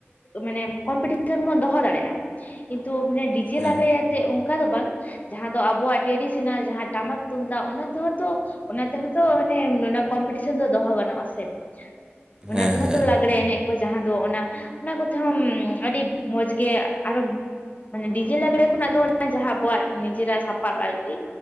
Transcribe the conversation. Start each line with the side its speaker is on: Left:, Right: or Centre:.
Left: ᱢᱟᱱᱮ ᱥᱮᱱ ᱵᱚᱱ ᱫᱚᱦᱚ ᱫᱟᱲᱮᱭᱟᱜᱼᱟ ᱠᱤᱱᱛᱩ ᱢᱟᱱᱮ ᱰᱤᱡᱮ
Right: ᱦᱮᱸ
Left: ᱞᱟᱜᱽᱲᱮᱛᱮᱫ ᱚᱱᱠᱟ ᱫᱚ ᱵᱟᱝ ᱡᱟᱦᱟᱸ ᱫᱚ ᱟᱵᱚᱣᱟᱜ ᱴᱨᱮᱰᱤᱥᱚᱱᱟᱞ ᱡᱟᱦᱟᱸ ᱴᱟᱢᱟᱠ ᱛᱩᱢᱫᱟᱜ ᱚᱱᱟ ᱛᱮᱦᱚᱸ ᱛᱚ ᱚᱱᱟᱛᱮᱦᱚ ᱛᱚ ᱢᱟᱱᱮ ᱚᱱᱟ ᱠᱚᱢᱯᱤᱴᱤᱥᱮᱱ ᱫᱚ ᱫᱚᱦᱚ ᱜᱟᱱᱚᱜ-ᱟ ᱥᱮ ᱚᱱᱟᱱᱟ
Right: ᱦᱮᱸ
Left: ᱛᱮᱦᱚ
Right: ᱦᱮᱸ
Left: ᱛᱚ ᱞᱟᱸᱜᱲᱮ ᱮᱱᱮᱡ ᱡᱟᱦᱟᱸ ᱫᱚ ᱚᱱᱟ ᱚᱱᱟ ᱠᱚᱛᱮᱦᱚᱸ ᱟᱹᱰᱤ ᱢᱚᱸᱡᱽ ᱜᱮ ᱟᱨᱚ ᱢᱟᱱᱮ ᱰᱤᱡᱮ ᱞᱟᱜᱽᱬᱮ ᱠᱷᱚᱱᱟᱜ ᱫᱚ ᱡᱟᱦᱟᱸ ᱟᱵᱚᱣᱟᱜ ᱱᱤᱡᱮᱨᱟᱜ ᱥᱟᱯᱟᱵ ᱟᱨᱠᱤ